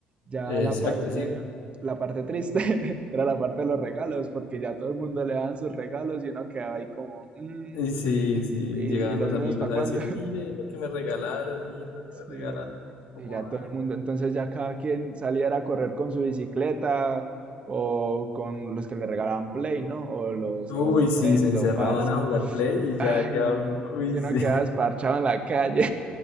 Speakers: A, on the right; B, on the left.
A: Ya
B: Exacto,
A: la parte,
B: sí.
A: la parte triste <laughs> era la parte de los regalos, porque ya todo el mundo le daban sus regalos y uno quedaba ahí como, "Mm,
B: Y sí, sí,
A: ¿y, y
B: llegaban
A: los
B: los
A: míos
B: amigos
A: para
B: a
A: cuándo?
B: decir, mire lo que me regalaron, mire lo que me regalaron,
A: Sí,
B: y uno como,
A: y ya todo
B: ay.
A: el mundo, entonces ya cada quien saliera a correr con su bicicleta o con los que le regalaban Play, ¿no? O los,
B: Uy,
A: los Nintendo,
B: sí, se encerraban
A: parce.
B: a jugar play y ya
A: Ay,
B: quedaba uno, uy,
A: yo
B: sí,
A: no quedaba esparchado en la calle.